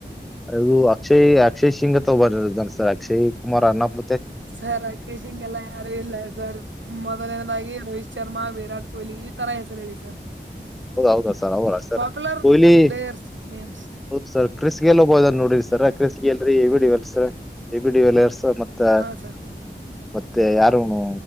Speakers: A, in the centre; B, on the right (about 80°).
A: ಅದು ಅಕ್ಷಯ್ ಅಕ್ಷಯ್ ಸಿಂಗತ್ ಒಬ್ಬ ಇದಾರ್ ಅಕ್ಷಯ್ ಕುಮಾರ್ ಅನ್ನಪ್ಪ
B: ಸರ್ ಅಕ್ಷಯ್ ಹಂಗೆಲ್ಲ ಯಾರು ಇಲ್ಲ ಸರ್ ಮೊದಲನದಾಗಿ ರೋಹಿತ್ ಶರ್ಮಾ ವಿರಾಟ್ ಕೊಹ್ಲಿ ಇತರಾ ಹೆಸರು ಹೇಳಿ ಸರ್
A: ಹೌದ ಹೌದಾ ಸರ್ ಹೌದಾ sir
B: popular
A: Kohli
B: players names
A: ಹೌದು ಸರ್ ಕ್ರಿಸ್ ಗೆಲ್ಲ ಒಬ್ಬ ಇಧಾನ ನೋಡ್ರರಿ ಸರ್ ಕ್ರಿಸ್ ಗೆ ಎಲ್ರಿ A B de Villiers A B de Villiers ಮತ್ತೆ ಮತ
B: ಹಾ ಸರ್
A: ಮತ್ತೆ ಯಾರ್ ಇವ್ನು